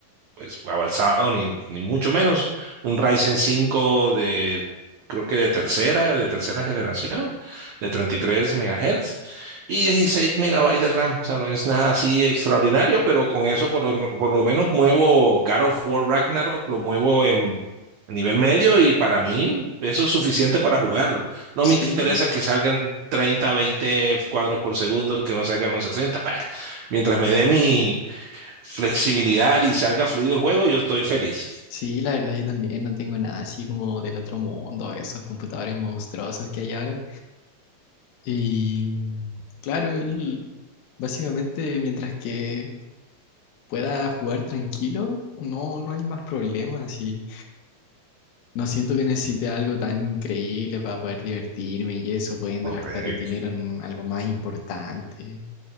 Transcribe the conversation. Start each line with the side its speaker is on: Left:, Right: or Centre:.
Right: pues, avanzado, ni, ni mucho menos. Un Ryzen cinco de, creo que de tercera, de tercera generación, de 33 megahertz y 16 megabytes de RAM. O sea, no es nada así extraordinario, pero con eso por lo, por lo menos muevo God of War Ragnarok, lo muevo en a nivel medio y para mí eso es suficiente para jugarlo. No me
Left: Sí.
Right: interesa que salgan 30 20 cuadros por segundo, que no salgan los sesenta Bah. Mientras me dé mi, flexibilidad y salga fluido el juego, yo estoy feliz.
Left: Sí, la verdad yo también no tengo nada así como del otro mundo, esos computadores monstruosos que hay ahora. Y mm, claro, el- básicamente mientras que pueda jugar tranquilo, no, no hay más problemas y no siento que necesite algo tan increíble para poder divertirme y eso, pudiendo
Right: Correcto,
Left: gastar el dinero en algo más importante.